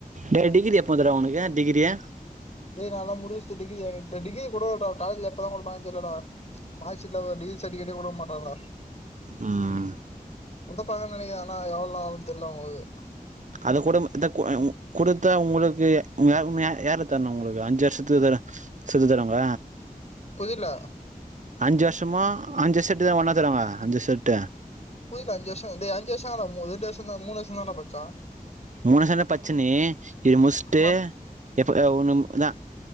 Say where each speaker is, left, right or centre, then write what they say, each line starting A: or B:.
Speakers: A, on the right; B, on the left.
A: டேய் டிகிரி எப்போ வந்தது உனக்கு டிகிரியி
B: டேய் நாலா முடிச்சுட்டு இந்த டிகிரிகோட இருகோட காலேஜ்ல எப்பதா குடுப்பாங்க தெரியலடா மார்க்சீட்ல டிகிரி சர்டிவிகேட் குடுக்க மாட்டாங்க டா
A: ம்
B: உந்த பாக்க நெனக்கிறன் ஆனா எவள நேர ஆகனு தெரியில உங்களுக்கு
A: <unintelligible> குடுத்தேன் உங்களுக்கு <unintelligible> யாரு தரனும் உங்களுக்கு அஞ்சு வருஷத்துக்கு செத்து தரங்க
B: புரில
A: அஞ்சு வருஷமா அஞ்சு ஷரட்டு் தா ஒண்ணா தராங்க அஞ்சு ஷட்டு
B: புரில அஞ்சு வருஷம் இந்த அஞ்ச வருஷம் ரெண்டு வருஷம் த மூன்று வருஷம் தானே படிச்ச
A: மூணு வருஷம் பச்ச நீ இது முடிச்சுட்டு
B: ஆமா
A: எப்ப <unintelligible>